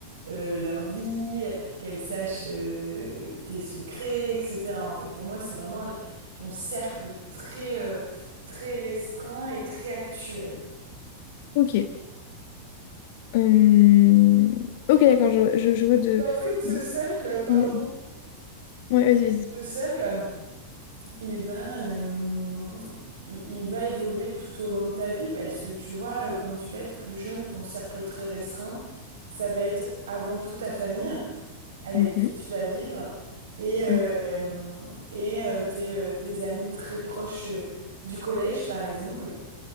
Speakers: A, on the right; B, on the left.
A: euh, leur vie, qu'elle sache euh, tes secrets, etc. En fait, pour moi, c'est vraiment les- ton cercle très, euh, très restreint et très actuel.
B: ok. Euh, Ok, d'accord, je, je, je vois de...
A: Mais En fait, ce
B: de-
A: cercle, pardon,
B: Ouais, vas-y, vas-y.
A: ce cercle. il va, euh, il, il va évoluer tout au long de ta vie parce que tu vois, euh, quand tu vas être plus jeune, ton cercle très restreint, ça va être avant tout ta famille avec
B: Mhm,
A: qui tu vas vivre et, euh,
B: mhm,
A: et euh, tes, euh, tes amis très proches euh, du collège, par exemple.